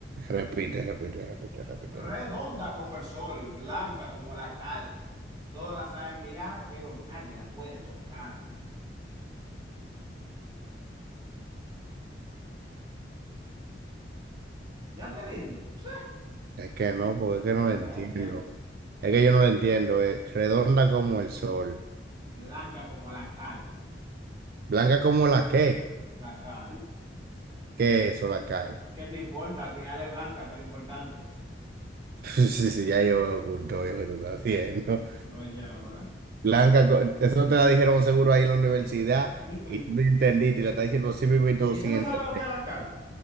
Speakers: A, on the right; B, on the right.
A: Repite, repite, repite, repite,
B: redonda
A: repite.
B: como el sol, blanca como la cal. Todos la saben mirar, pero nadie la puede tocar. ¿Ya te rindes? Sí,
A: Es que no, porque es
B: una
A: que no
B: pérdida
A: lo entiendo.
B: de tiempo.
A: Es que yo no lo entiendo. Es redonda como el sol.
B: Blanca como la cal.
A: Blanca como la qué.
B: ¿La cal?
A: ¿Qué es eso, la cal?
B: ¿Qué te importa? Al final es blanca, que es lo importante.
A: <laughs> Sí, sí, ya yo veo junto yo que tú estás haciendo.
B: Oye, ahora.
A: Blanca, co- eso te la dijeron seguro ahí en la universidad
B: Mm, mm.
A: y tú no entendiste y la estás diciendo así mismo y todo
B: ¿Y
A: sin
B: tú no
A: entender.
B: sabes lo que es la cal?